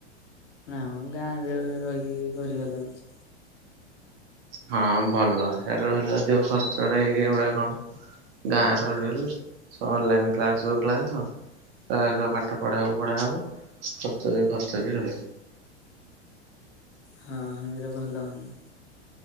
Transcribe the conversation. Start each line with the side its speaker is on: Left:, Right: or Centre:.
Left: ହଁ ଗାଁ ରେ ରହିକି କରିବ ଲାଗୁଛି।
Right: ହଁ ଭଲ ସ୍ୟାଡେ ରହିଲେ ଅଧିକ ଖର୍ଚ୍ଚଟା ହେଇକି ଏଗୁଡାଆ କଣ। ଗାଁରେ ରହିଗଲେ ସେ ଅନଲାଇନ୍ କ୍ଲାସ୍ ହଉ କ୍ଲାସ୍। ତା ସହ ପାଠ ପଢ଼ାକୁ ପଢ଼ା ହବ ଖର୍ଚ୍ଚ ବି ଖର୍ଚ୍ଚ ବି ରହିବ।
Left: ହଁ ସେମିତି ରେ ଭଲ ହୁଅନ୍ତା।